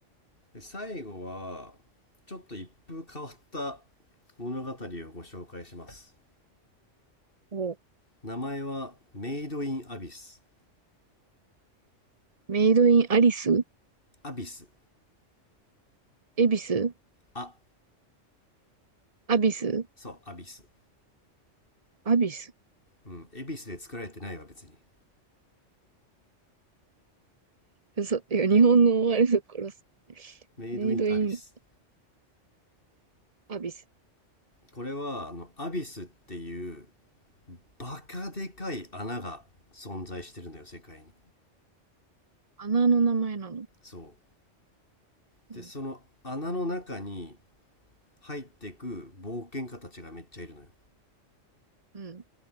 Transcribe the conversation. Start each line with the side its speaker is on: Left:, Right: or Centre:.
Left: で、最後は、ちょっと一風変わった物語をご紹介します。
Right: お、
Left: 名前はメイドインアビス。
Right: メイドインアリス
Left: アビス
Right: エビス
Left: あ、
Right: アビス
Left: そう、アビス。
Right: アビス
Left: うん。エビスで作られてないわ、別に。
Right: 嘘。いや、日本のあれだからさ。
Left: メイドインアビス。
Right: メイドインアビス。
Left: これは、あの、アビスっていう、バカでかい穴が存在してるんだよ、世界に。
Right: 穴の名前なの。
Left: そう。
Right: うん。
Left: で、その穴の中に入ってく冒険家たちがめっちゃいるのよ。
Right: うん。